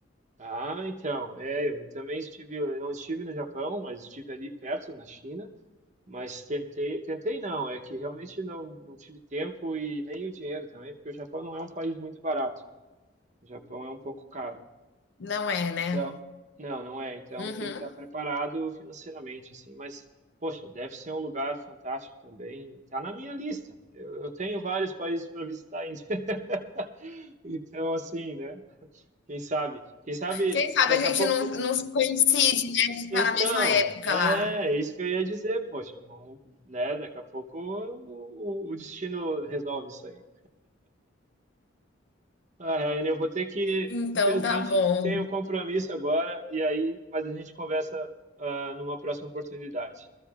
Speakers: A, on the right; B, on the left.
A: Ah, então, é, eu também estive, eu não estive no Japão, mas estive ali perto, na China, mas tentei, tentei não, é que realmente não, não tive tempo e nem o dinheiro também, porque o Japão não é um país muito barato. O Japão é um pouco caro.
B: não é, né?
A: Então, não, não é. Então
B: Uhum.
A: tem que estar preparado financeiramente, assim. Mas, poxa, deve ser um lugar fantástico também. Tá na minha lista. Eu, eu tenho vários países para visitar ainda. <laughs> Então, assim, né? Quem sabe? Quem sabe
B: Quem sabe
A: daqui
B: a gente
A: a pouco.
B: não, não coincide, né? A gente
A: Então,
B: tá na mesma época
A: é
B: lá.
A: isso que eu ia dizer, poxa, vamos, né? Daqui a pouco o, o o destino resolve isso aí. Ah, Ryan, eu vou ter que,
B: Então
A: infelizmente,
B: tá bom.
A: tenho um compromisso agora e aí, mas a gente conversa, ah, numa próxima oportunidade,